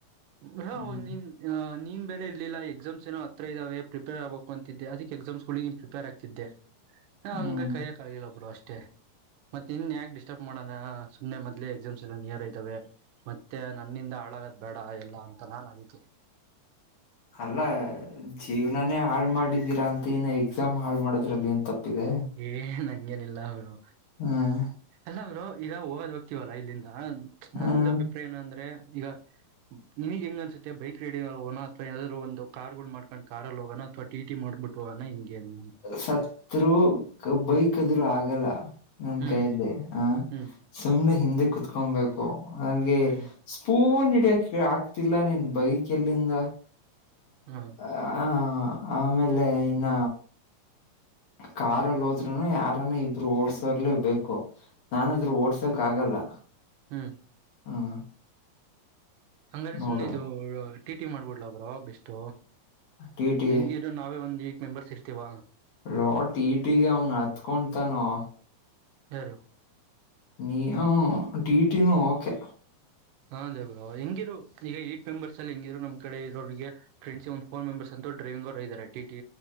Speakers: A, on the right; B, on the left.
A: Bro
B: ಹ್ಮ್
A: one ನಿಮ್ ಹ ನಿಮ್. ಪ್ರಿಪೇರೆ ಇರ್ಲಿಲ್ಲ ಎಕ್ಸಾಮಸ್ ಏನೋತ್ರ ಇದಾವೆ ಪ್ರಿಪೇರ್ ಆಬೇಕು ಅಂತಿದ್ದ ಅದಕ್ಕೆ ಎಕ್ಸಾಮಸ್ಗಳಿಗೆ ಪ್ರಿಪೇರ್ ಆಗ್ತಿದ್ದೆ. ಹಾ ಹಂಗ
B: ಹ್ಮ್
A: ಕೈಯಕ ಆಗಿಲ್ಲ ಬ್ರೊ ಅಷ್ಟೇ. ಮತ್ತೆ ಇನ್ ಯಾಕ್ ಡಿಸ್ಟರ್ಬ್ ಮಾಡೋಣ ಸುಮ್ಮನೆ ಮೊದ್ಲೆ ಎಕ್ಸಾಮ್ಸ್ ಎಲ್ಲಾ ನಿಯರ್ ಇದ್ದಾವೆ. ಮತ್ತೆ ನನ್ನಿಂದ ಹಾಳಾಗದ್ ಬೇಡ ಎಲ್ಲಾ ಅಂತ ನಾನ್ ಅದಿಕೆ.
B: ಅಲ್ಲ ಜೀವನಾನೇ ಹಾಳ್ ಮಾಡಿದ್ದೀರಾ ಅಂತೆ ಇನ ಎಕ್ಸಾಮ್ ಹಾಳ್ ಮಾಡದ್ರಲ್ಲಿ ಏನ್ ತಪ್ಪಿದೆ.
A: ಏ ನಂಗೇನಿಲ್ಲ ಅವರು.
B: ಹ್ಮ್
A: ಅಲ್ಲ ಬ್ರೊ ಈಗ ಹೋಗೋದ್ ಹೋಗ್ತಿವಲ್ಲ ಇಲ್ಲಿಂದ
B: ಹ್ಮ್
A: ನಂದ್ ಅಭಿಪ್ರಾಯ ಏನ ಅಂದ್ರೆ ಈಗ ನಿಮ್ಗೆ ಹೆಂಗ ಅನ್ಸುತ್ತೆ ಬೈಕ್ ರೈಡಿಂಗ್ ಅಲ್ ಹೋಗೋಣ ಅಥವಾ ಯೇನಾದ್ರು ಒಂದು ಕಾರ್ ಗಳು ಮಾಡ್ಕೊಂಡ ಕಾರಲ್ ಹೋಗೋಣ ಅಥವಾ ಟಿಟಿ ಮಾಡಬಿಟ್ಟ ಹೋಗೋಣ ಹಿಂಗೆಏನು.
B: ಸತ್ರು ಬೈಕದ್ರು ಆಗಲ್ಲ. ನನ್
A: ಹ್ಮ್
B: ಕೈಲಿ ಆ
A: ಹ್ಮ್
B: ಸುಮ್ಮ್ನೆ ಹಿಂದೆ ಕುತ್ಕೊಂಬೇಕು ಅಂಗೇ
A: ಹ್ಮ್
B: ಸ್ಪೂನ್ ಹಿಡಿಯಕೆ ಆಗ್ತಿಲ್ಲ ನೀನ್ ಬೈಕ್ ಎಲ್ಲಿಂದ
A: ಹ್ಮ
B: ಹಾ ಆಮೇಲೆ ಇನ್ನ ಕಾರಲ್ಲಿ ಹೋದ್ರುನು ಯಾರನ್ನ ಇಬ್ರು ಓಡ್ಸೋರ್ಲೇ ಬೇಕು ನಾನದ್ರರು ಓಡ್ಸ. ಆಗಲ್ಲ.
A: ಹ್ಮ
B: <unintelligible>
A: ಹಂಗಾರೆ
B: ನೋಡು
A: ಸುಮ್ನೆ ಇದು ಟಿ ಟಿ ಮಾಡ್ಬಿಡ್ಲಬ್ರೋ ಬೆಸ್ಟ್
B: ಟಿ ಟಿ
A: ಹೆಂಗಿದ್ರು ಇ ನಾವೇ ಒಂದ್ ಎಯಿಟ್ ಮೆಂಬರ್ಸ್ ಇರ್ತೀವ.
B: ಲೋ ಟಿ ಟಿ ಗೆ ಅವನು ಹತ್ಕೊತಾನೋ.
A: ಯಾರು.
B: ನೀ ಟೀ ಟಿ ನು ಓಕೆ
A: ಹಾ ಬ್ರೋ ಹೆಂಗಿರು ಈಗ ಏಟ್ ಮೆಂಬರ್ಸ್ ಅಲ್ಲಿ ಹೆಂಗಿರು ನಮ್ ಕಡೆ ಇರೋರಿಗೆ ಫ್ರೆಂಡ್ ಒಂದು ಫೋ ಮೆಂಬಸ್ ಅಂತು ಡ್ರೈವಿಂಗ್ ಅವ್ರು ಇದ್ದರೆ ಟೀ ಟಿ